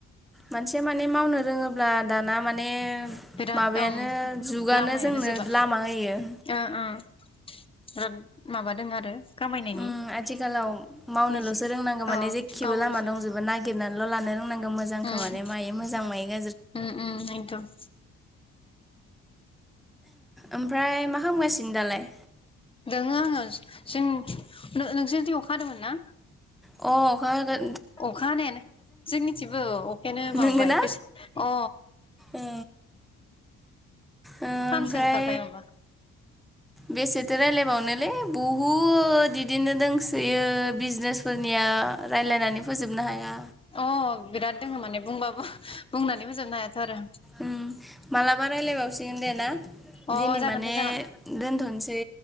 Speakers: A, in the centre; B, on the left.
A: मानसिया माने मावनो रोङोब्ला दा दाना माने
B: बिराद
A: माबायानो
B: ओं
A: जुगानो
B: लामायानो
A: जोंनो
B: जोबा
A: लामा होयो
B: ओ ओ। बिराद माबा दोङो आरो। खामायनायनि
A: उम आथिखालाव मावनोलसो
B: निजि
A: रोंनांगौ माने
B: औ
A: जेखिबो
B: गावल'सो
A: लामा दंजोबो नागिरनानैल लानो रोंनांगौ मो जांखो
B: ओं उम
A: माने मायो मोजां मायो गा
B: उम उम ओयनोथ।
A: ओमफ्राय मा खामगासिनो दालाय?
B: दोङो आङो जों नोंसोर निथिं अखा हादोंमोन ना?
A: अ अखा हा
B: अखा हानायानो जोंनिथिंबो अखायानो माबा
A: नोंगो ना
B: बेस अ
A: ओ ओमफ्राय
B: फामसो ओंखार बाय माबा
A: बेसेथो रायलायबावनोलै बहुद इदिनो दोंसोयो बिजनेसफोरनिया रायजलायनानै फोजोबनो हाया
B: अ बिराद दोङो माने बुंबा बुंनानै फोजोबनो हायाथ आरो।
A: उम मालाबा रायलायबावसिगोन दे ना
B: अ
A: दिनै
B: जागोन
A: माने
B: दे जागोन
A: दोनथनसै